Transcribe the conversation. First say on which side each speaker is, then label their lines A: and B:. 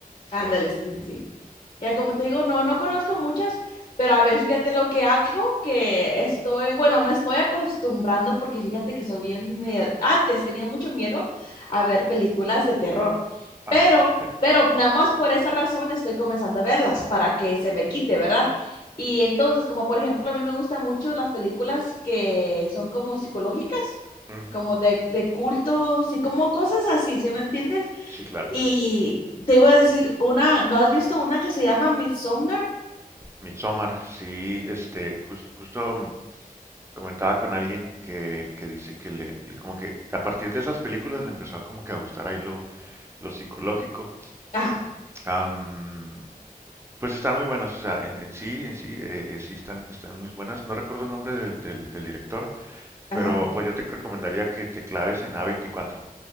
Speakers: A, on the left; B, on the right.
A: ándale,
B: Ros.
A: sí, sí,
B: Ujú.
A: sí. Ya como te digo, no, no conozco muchas, pero a ver, fíjate lo que algo que estoy, bueno, me estoy acostumbrando porque fíjate que soy bien, me- antes tenía mucho miedo a ver películas de terror,
B: Ah.
A: pero,
B: <laughs>
A: pero nada más por esa razón estoy comenzando a verlas para que se me quite, ¿verdad? Y entonces, como por ejemplo, a mí me gustan mucho las películas que son como psicológicas,
B: Ujú,
A: como de, de cultos y como cosas así, ¿se me entiendes?
B: Sí, claro.
A: Y te iba a decir, una, ¿no has visto una que se llama Midsommar?
B: Midsommar, sí, este, jus- justo mm, comentaba con alguien que, que dice que le, le- como que a partir de esas películas le empezó a como que a gustar ahí lo, lo psicológico.
A: Ajá,
B: Am, pues están muy buenas, o sea, en, en sí, en sí, eh, eh, sí están, están muy buenas. No recuerdo el nombre del, del- del director, Pero
A: ajá,
B: pues yo te recomendaría que te claves en A24.